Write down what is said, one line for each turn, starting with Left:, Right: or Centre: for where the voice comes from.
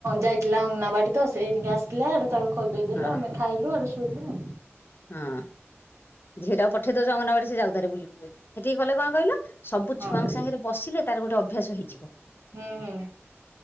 Right: ଯାଇ ଆଥିଲା ଅଙ୍ଗୁନାବାଡି ତ ସେ ଏଇନାକେ ଆସିଲା ଆଡ ତାକୁ ଖୋଇପେଇଦେଲୁ
Left: ହଁ
Right: ଆମେ ଖାଇଲୁ ଆଡ ଶୋଇଲୁ।
Left: ହଁ ଝିଅଟାକୁ ପଠେଇ ଦଉଛ ଅଙ୍ଗନବାଡି ସେ ଯାଉ ତାରେ ବୁଲ ସେଠିକି ଗଲେ କଣ କହିଲ ସବୁ
Right: ହଁ ହଁ
Left: ଛୁଆଙ୍କ ସାଙ୍ଗରେ ବସିଲେ ତାର ଗୋଟେ ଅଭ୍ୟାସ ହେଇଯିବ।
Right: ହୁଁ ହୁଁ।